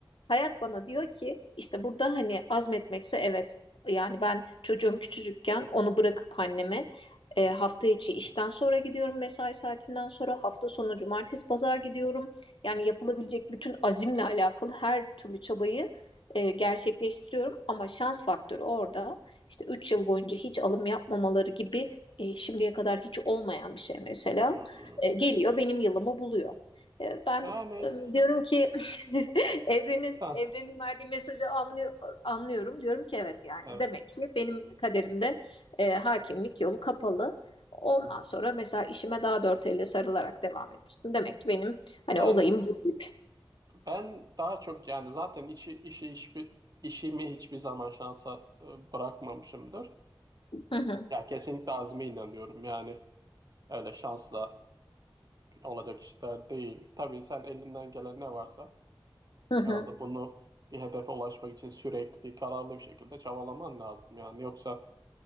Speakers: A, on the left (about 75°); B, on the right (about 50°).
A: Hayat bana diyor ki işte burada hani azmetmekse evet. Yani ben çocuğum küçücükken onu bırakıp anneme e, hafta içi işten sonra gidiyorum mesai saatinden sonra hafta sonu cumartesi pazar gidiyorum. Yani yapılabilecek bütün azimle alakalı her türlü çabayı e, gerçekleştiriyorum ama şans faktörü orada işte 3 yıl boyunca hiç alım yapmamaları gibi e, şimdiye kadar hiç olmayan bir şey mesela
B: Hmm.
A: e, geliyor benim yılımı buluyor. E, ben
B: Yani
A: e, diyorum ki <laughs> Evrenin
B: şans,
A: evrenin verdiği mesajı anlıyor, anlıyorum. Diyorum ki evet yani
B: evet.
A: demek ki benim kaderimde e, hakimlik yolu kapalı. Ondan sonra mesela işime daha dört elle sarılarak devam etmiştim. Demek ki benim hani
B: Yani
A: olayım bu deyip.
B: ben daha çok yani zaten işi, işi hiçbir, işimi hiçbir zaman şansa e, bırakmamışımdır.
A: Hı hı,
B: Ya kesinlikle azme inanıyorum yani. Öyle şansla olacak işler değil. Tabii sen elinden gelen ne varsa
A: hı hı,
B: herhalde bunu bir hedefe ulaşmak için sürekli kararlı bir şekilde çabalaman lazım yani. Yoksa